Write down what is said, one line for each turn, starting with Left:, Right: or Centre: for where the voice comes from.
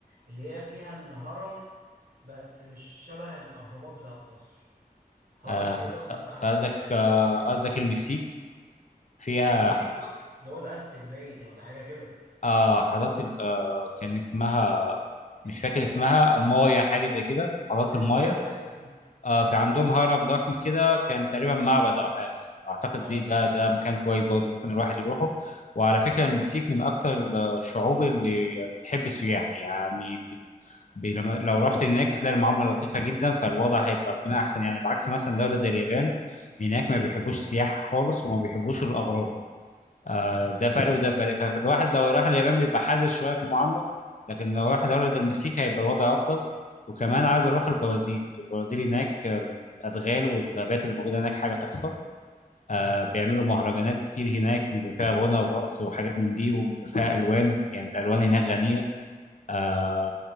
Right: اللي هي فيها الهرم بس مش شبه الاهرامات بتاعت مصر هرم
Left: آه،
Right: كده عباره عن
Left: قصدك
Right: آه،
Left: آه،
Right: خلايا.
Left: قصدك المكسيك فيها
Right: المكسيك صح اللي هو الاستك باين ولا حاجه كده
Left: آه حضرت ال- آه كان اسمها مش
Right: ال-
Left: فاكر اسمها المايا حاجة زي كده حضرت
Right: المايا
Left: المايا
Right: ايوه صح صح.
Left: آه في عندهم هرم ضخم كده كان تقريبا معبد أو حاجة أعتقد
Right: اه
Left: دي ده ده مكان كويس برضه ممكن الواحد يروحه وعلى فكرة المكسيك من أكتر ال- الشعوب اللي بتحب السياح يعني بت- ب- لما- لو رحت هناك هتلاقي المعاملة لطيفة جدا فالوضع هيبقى بيكون أحسن يعني بعكس مثلا دولة زي اليابان هناك ما بيحبوش السياح خالص وما بيحبوش الأغراب آه،
Right: دي حقيقه
Left: ده فرق وده فرق فالواحد لو راح اليابان بيبقى حذر شويه في المعامله لكن لو
Right: <laughs>
Left: راح دوله زي المكسيك هيبقى الوضع افضل وكمان عايز
Right: امم
Left: اروح البرازيل البرازيل هناك الادغال والغابات اللي موجوده هناك حاجه تحفه
Right: امم
Left: آه بيعملوا مهرجانات كتير هناك بيبقى فيها غنى ورقص وحاجات من دي وبيبقى فيها الوان يعني الالوان هناك غنيه آه،